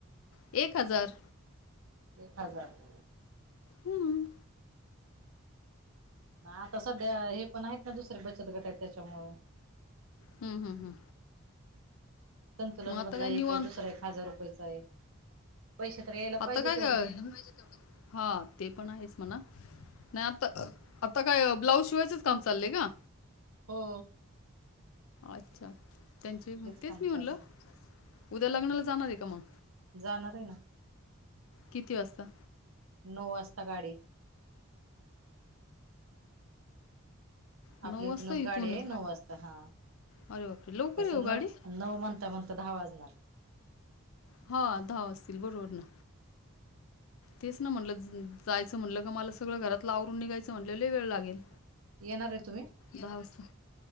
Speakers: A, on the left; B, on the right.
A: एक हजार.
B: एक हजार.
A: हमम.
B: ना आता सध्या हे पण आहेत ना दुसरे बचत गट आहेत त्याच्यामुळ
A: हम्म, हम्म, हम्म.
B: संतुलन
A: मग आता
B: मधला
A: काय निवांत
B: एक आहे दुसरा एक हजार रुपयचा आहे. पैशेतर यायला
A: आता
B: पाहिजे तेवढे
A: <unintelligible> हा ते पण आहेच म्हणा. नाही आता आता काय ब्लाऊज शिवायचंच काम चाललंय का?
B: हो.
A: अच्छा त्यांचे तेच
B: काम
A: मी
B: चालू
A: म्हणलं. उद्या लग्नाला जाणार आहे का मग?
B: जाणार आहे ना.
A: किती वाजता?
B: नऊ वाजता गाडी ये.
A: नऊ
B: आपल्या
A: वाजता
B: इथूनच
A: इथून
B: गाडी आहे नऊ वाजता हा
A: अरे बापरे! लवकर
B: तस
A: आहे ओ
B: न
A: गाडी?
B: नऊ म्हणता म्हणंता दहा वाजणार.
A: हा दहा वाजतील बरोबर ना. तेच ना म्हणलं जायचं म्हणलं का मला सगळं घरातला आवरून निघायचं म्हणलं लय वेळ लागेल.
B: येणार आहे तुम्ही?
A: दहा वाजता